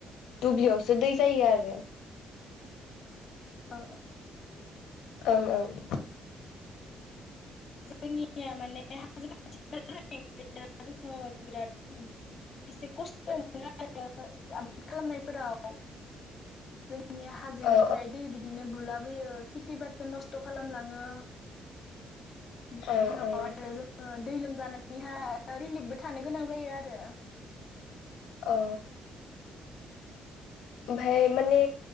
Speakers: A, on the left (about 85°); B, on the left (about 50°).
A: दुब्लियावसो दै जायो आरो
B: ओ
A: ओं ओं
B: जोंनिया माने <unintelligible> जोङो बिराद एसे खस्थ मोनो आरो आबाद खालामनायफोराव जों नि हाजोनिफ्राय
A: औ
B: दै बिदिनो बुलाब बोयो खिथि बादखौ नस्थ खालामलाङो बिनि
A: औ
B: उनाव
A: औ
B: आरो जोङो दै लोमजानानैहा रिलिफबो थानो गोनां जायो आरो
A: औ ओमफाय माने